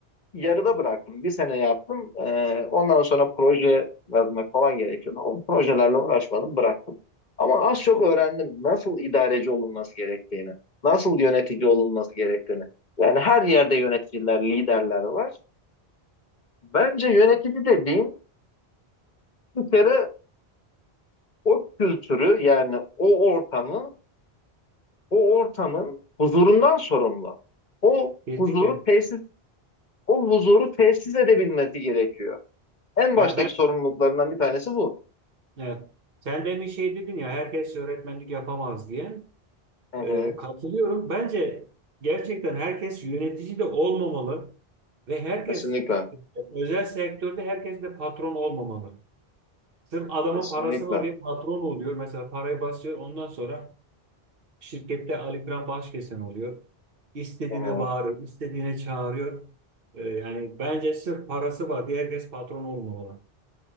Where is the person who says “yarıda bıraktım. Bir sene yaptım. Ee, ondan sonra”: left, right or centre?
Left